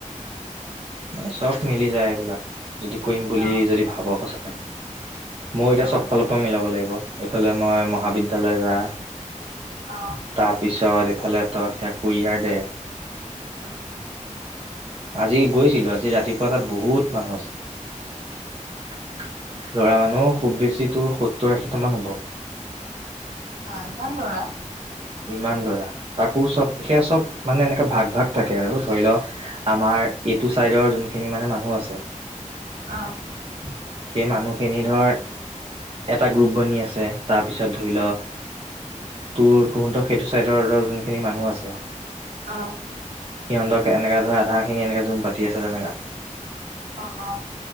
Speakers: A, on the right; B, on the right.
A: এই চব মিলি যায় এইবিলাক যদি কৰিম বুলি
B: অ
A: যদি ভাব সচাকে। মোৰ এতিয়া
B: অ
A: চব ফালৰ পৰা মিলাব লাগিব এইফালে মই মহাবিদ্যালয় যা।
B: অ',
A: তাৰপিছত এইফালে তই সে কুুৰিয়াৰ দে।
B: অ'।
A: আজি গৈছিলো আজি ৰাতিপুৱা তাত বহুত মানুহ আছে।
B: <inaudible>
A: মানহ খুব বেছি সত্তৰ আশীটা মান হ'ব।
B: ভাল- ভাল ল'ৰা।
A: ইমান ল'ৰা তাকো চব সেয়া চব মানে এনেকে ভাগ ভাগ থাকে আৰু ধৰি ল আমাৰ এইটো চাইডৰ যোনখিনি মানে মানুহ আছে।
B: অ', -
A: সেই মানুহখিনি ধৰ এটা গ্ৰুপ বনি আছে তাৰপিছত ধৰি ল তোৰ তহতৰ সেইটো চাইডৰ খিনি মানুহ আছে সিহঁতক
B: অ
A: এনেকা ধৰে আধা সেইখিনি এনেকে জোম পাতি আছে যেনেকা।
B: অ'- অ'